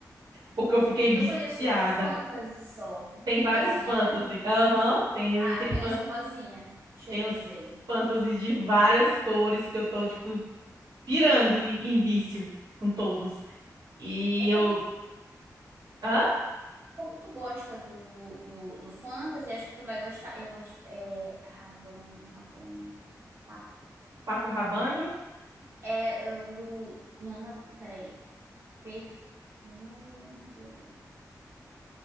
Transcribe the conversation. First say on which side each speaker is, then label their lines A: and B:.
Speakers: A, on the right (about 85°); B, on the right (about 35°).
A: porque eu fiquei viciada.
B: Eu conheço o Fantasy só,
A: Tem
B: o
A: vários
B: Rosinha,
A: fantasy.
B: né?
A: Aham, tem,
B: Ah,
A: tem,
B: eu conheço
A: fan-
B: o Rosinha, o cheirinho
A: tem os
B: dele.
A: fantasies de várias cores que eu tô, tipo, pirando em vício com todos. E
B: É
A: eu.
B: como,
A: Hã?
B: como tu gosta do, do, do Fantasy, acho que tu vai gostar. Eu acho. É. Rabone, Rabone, Rabone.
A: Paco Rabanne?
B: É, é o do. Não, não, peraí. Perfume do.